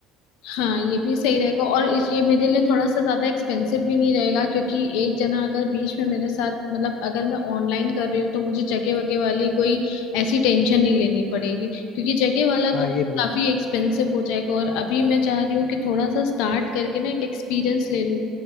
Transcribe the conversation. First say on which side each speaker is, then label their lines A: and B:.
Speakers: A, on the left (about 80°); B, on the left (about 40°).
A: हाँ ये भी सही रहेगा और इस- ये मेरे लिए थोड़ा सा ज्यादा एक्सपेंसिव भी नहीं रहेगा क्योंकि एक जना अगर बीच में मेरे साथ मतलब अगर मैं ऑनलाइन कर रही हूँ तो मुझे जगह वगैरह वाली कोई ऐसी टेंशन नहीं लेनी पड़ेगी क्योंकि जगह वाला
B: हाँ
A: तो
B: ये भी है
A: काफी एक्सपेंसिव हो जाएगा और अभी मैं चाह रही हूँ कि थोड़ा सा स्टार्ट करके ना एक एक्सपीरियंस ले लूँ